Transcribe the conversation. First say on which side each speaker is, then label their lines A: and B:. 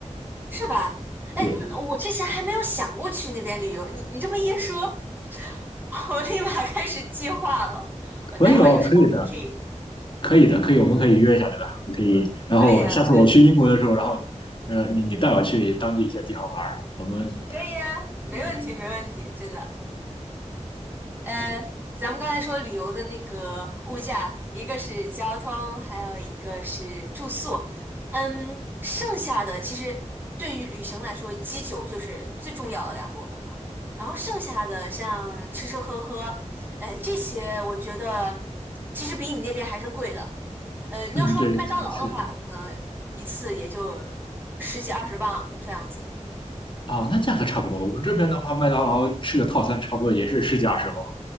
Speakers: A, on the right; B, on the left.
A: 是吧？哎，
B: 对，
A: 嗯我之前还没有想过去那边旅游，你你这么一说，<laughs> 我立马开始计划了。我待会儿就刷
B: 可以哦，可以的，
A: Booking，
B: 可以的，可以，我们可以约一下，对吧？我可以，然后下次我去英国的时候，
A: 可以啊，没问题，
B: 然后呃你你带我去当地一些地方玩儿，我们
A: 可以啊，没问题，
B: 嗯是
A: 没问题，真的。呃，
B: 对，
A: 咱们刚才说旅游的那个物价，一个是交通，还有一个是住宿。嗯，剩下的其实对于旅行来说，基酒就是最重要的两部分嘛。然后剩下的像吃吃喝喝，哎，这些我觉得其实比你那边还是贵的。呃，你要说麦当劳的话，
B: 嗯对是是的。
A: 可能一次也就十几二十磅这样子。
B: 哦，那价格差不多。我们这边的话，麦当劳吃个套餐差不多也是十几二十欧。